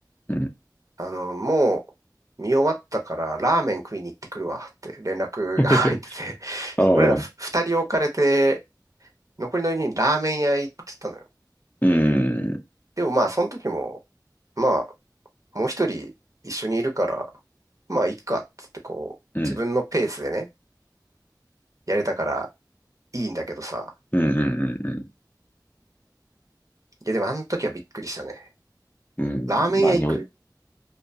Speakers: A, on the left (about 25°); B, on the right (about 50°).
A: うん。うん。
B: あの、もう見終わったからラーメン食いに行ってくるわって連絡が
A: <laughs>
B: <laughs> 入ってて、<laughs>
A: ああ、
B: そう俺らふ2人置かれて、残りの4人ラーメン屋行ってたのよ。
A: うん。
B: でもまあその時も、まあもう一人一緒にいるから、まあいっかっつってこう、
A: うん。
B: 自分のペースでね、やれたからいいんだけどさ。
A: うんうんうん
B: いや、でもあの時はびっくりしたね。
A: うん。うん。
B: ラーメン屋行く
A: まあ、にょ、